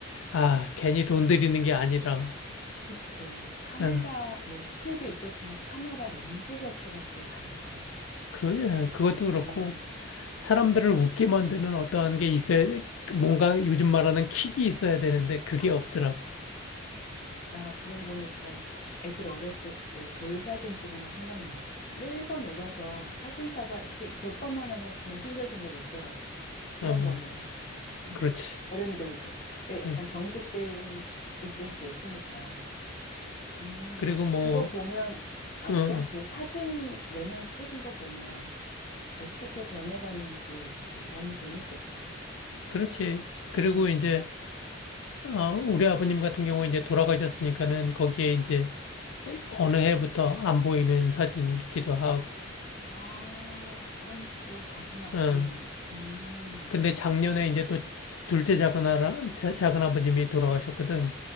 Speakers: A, on the left; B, on the left.
A: 아, 괜히 돈 들이는 게 아니라,
B: 그치. 카메라,
A: 어,
B: 뭐, 스킬도 있겠지만, 카메라 렌즈 자체가 또 다를 거 아니야.
A: 그, 어, 그것도 그렇고
B: 어.
A: 사람들을 웃게 만드는 어떠한 게 있어야, 돼. 뭔가 요즘 말하는 킥이 있어야 되는데 그게
B: 아,
A: 없더라고.
B: 나 그러고 보니까 어, 애들 어렸을 때 돌 사진 찍은 거 생각난다. 매번 울어서 사진사가 이렇게 몇 번만 하면 그냥 생글생글 웃더라고. 그런
A: 어,
B: 거네. <laughs>
A: 그렇지.
B: 어른들도. 왜 약간
A: 예.
B: 경직돼 있을 수 있으니까. 음,
A: 그리고 뭐,
B: 그거 보면, 아,
A: 응,
B: 미안. 그 사진 매년 찍은 거 보면 어떻게 변해갔는지 그 너무 재밌겠다.
A: 그렇지. 그리고
B: 음.
A: 이제, 어, 우리 아버님 같은 경우 이제 돌아가셨으니까는 거기에 이제 어- 어느 해부터 안 보이는 사진이 있기도 하고,
B: 아, 그럼 또 가슴 아픈.
A: 어.
B: 음.
A: 근데 작년에 이제 또 둘째 작은 아라, 자- 작은 아버님이 돌아가셨거든.